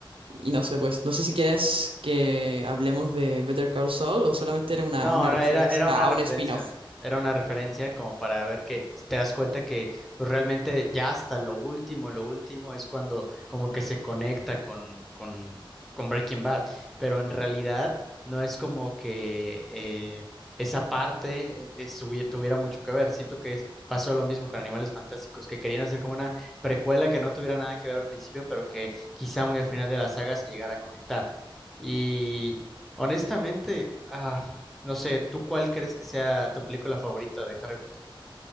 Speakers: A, on the right; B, in the centre.
A: y no sé, pues, no sé si quieres que hablemos de Better Call Saul o solamente era una,
B: No,
A: una
B: no,
A: referencia
B: era, era una
A: a
B: referencia,
A: un spin-off.
B: era una referencia como para ver que te das cuenta que pues realmente ya hasta lo último, lo último es cuando como que se conecta con, con, con Breaking Bad, pero en realidad no es como que eh, esa parte eh, estuvi- tuviera mucho que ver. Siento que es- pasó lo mismo con Animales Fantásticos, que querían hacer como una precuela que no tuviera nada que ver al principio, pero que quizá muy al final de la saga se llegara a conectar. Y honestamente... ah no sé, ¿tú cuál crees que sea tu película favorita de Harry Potter?